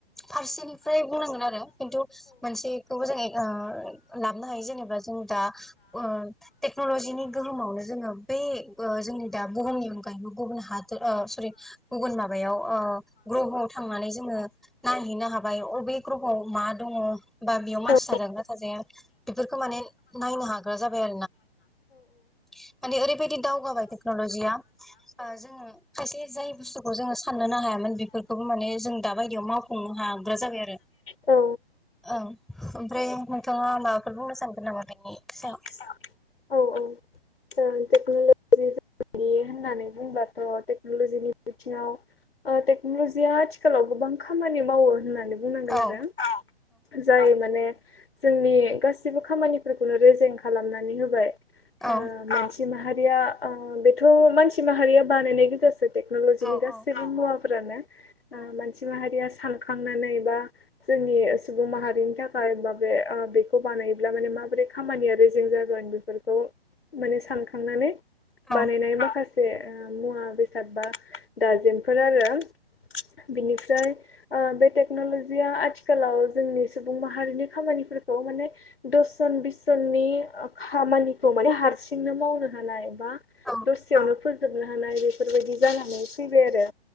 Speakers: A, in the centre; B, on the left.
A: फारसेनिफ्राय बुंनांगोन आरो खिन्थु मोनसेखौबो जों ओ लाबनो हायो जेनेबा जों दा ओ टेक्न'लजिनि गोहोमावनो जोङो बे ओ जोंनि दा बुहुमनि अनगायैबो गुबुन हादोर ओ सरि गुबुन माबायाव ओ ग्रह'आव थांनानै जोङो नायहैनो हाबाय अबे ग्रह'आव मा दङ' बा बेयाव मानसि
B: आरो
A: थाजागोना थाजाया बेफोरखो माने नायनो हाग्रा जाबाय <unintelligible> माने ओरैबायदि दावगाबाय टेक्न'लजिया ओ जोङो खायसे जाय बुस्थुखौ जोङो साननोनो हायामोन बेफोरखौबो माने जों दा बायदियाव मावफुंनो हाग्रा जाबाय आरो
B: औ
A: ओं ओमफ्राय नोंथाङा माबाफोर बुंनो सानगोन नामा बेनि सायाव
B: सायाव औ औ <unintelligible> बिदि होननानै बुंब्लाथ' टेक्नल'जिनि बिथिङाव ओ टेक्नल'जिया आथिखालाव <unintelligible> गोबां खामानि मावो होननानै बुंनांगोन
A: औ
B: आरो औ जाय माने जोंनि गासिबो खामानिफोरखौनो रेजें खालामनानै होबाय ओ
A: औ
B: <unintelligible> <unintelligible> माहारिया ओ बेथ' मानसि माहारिया बानायनाय गोजासो टेक्न'लजिनि
A: औ
B: गासिबो
A: औ
B: मुवा <unintelligible> फोरानो
A: औ
B: ओ मानसि माहारियास सानखांनानै बा जोंनि सुबुं माहारिनि थाखाय बा बे ओ बेखौ बानायोब्ला माने मा माबोरै खामानिया रेजें जागोन बेफोरखौ माने सानखांनानै
A: औ
B: बानायनाय माखासे मुवा बेसाद बा दाजेमफोर आरो बिनिफ्राय ओ बे टेक्न'लजिया आथिखालाव जोंनि सुबुं माहारिनि खामानिफोरखौ माने दस जन बिस जननि ओ खामानिखौ माने हारसिंनो मावनो हानाय बा
A: औ
B: दसेयावनो फोजोबनो हानाय बेफोरबायदि जानानै फैबाय आरो